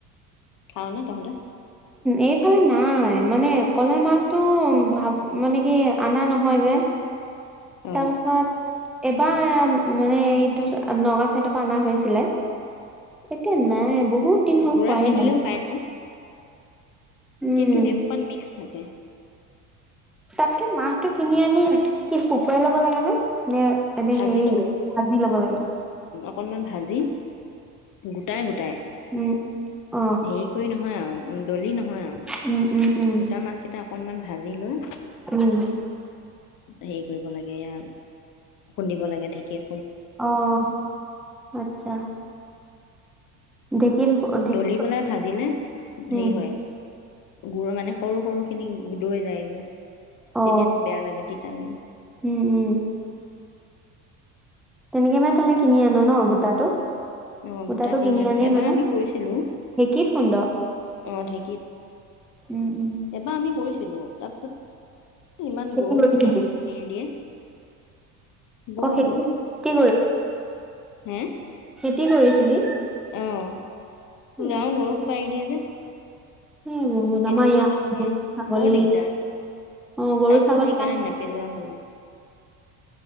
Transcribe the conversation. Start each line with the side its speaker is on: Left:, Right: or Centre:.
Left: খাও নে তহঁতে
Centre: এইফালে নাই মানে কলা মাহটো মানে কি অনা নহয় যে
Left: অ
Centre: তাৰপিছত এবাৰ মানে এইটো নগাওঁ চাইডৰ পৰা অনা হৈছিলে এতিয়া নাই বহুত দিন হ'ল
Left: ঘোঁৰা
Centre: খোৱাই
Left: কিনিলেও
Centre: নাই
Left: পায় নহয়
Centre: উম
Left: কিন্তু সেইহোপাত মিক্স থাকে
Centre: তাতকে মাহটো কিনি আনি কি শুকুৱাই লব লাগে ন নে এনেই
Left: ভাজি
Centre: হেৰি ভাজি ল'ব লাগে
Left: অকণমান ভাজি গোটাই গোটাই
Centre: উম অ
Left: হেৰি কৰি নহয় হয় দলি নহয় হয় আৰু
Centre: উম উম উম
Left: গোটা মাহকেইটা অকণমান তাৰপিছত ভাজি লৈ
Centre: উম,
Left: হেৰি কৰিব লাগে ইয়াৰ খুন্দিব লাগে ঢেঁকীৰ
Centre: আহ আচ্ছা ঢেঁকীৰ ঢেঁকী
Left: দলি পেলাই ভাজিলে হেৰি
Centre: উম
Left: হয় গুৰমানে সৰু সৰু খিনি দৈ যায়গৈ তেতিয়া
Centre: অ
Left: বেয়া লাগে তেতিয়া লাগে
Centre: উম উম তেনেকে মানে তহ কিনি আন ন গোটাটো
Left: অ
Centre: গোটাটো
Left: গোটা কিনি আনো
Centre: আনি
Left: এবাৰ
Centre: মানে
Left: আমি কৈছিলো
Centre: ঢেঁকীত খুন্দ
Left: আহ ঢেঁকীত
Centre: উম উম
Left: এবাৰ আমি কৈছিলো ছিলো তাৰপিছত ইমান
Centre: খেতি
Left: গৰু
Centre: কৰিছিলি
Left: সোপা এৰি দিয়ে বৰ
Centre: অ খেতি খেতি
Left: হে
Centre: কি কৰিছিলি
Left: অ গাঁৱৰ
Centre: অ
Left: গৰু সোপাই এৰি দিয়ে যে <inaudible>
Centre: এই বহুত
Left: খেদি
Centre: আমাৰ
Left: থাকিব
Centre: ইয়াত
Left: লাগে
Centre: গৰু ছাগলী
Left: বৰ দিগদাৰ
Centre: অ গৰু
Left: তাৰ পিছত
Centre: ছাগলী
Left: সেইকাৰণে নেপেলোৱা হ'ল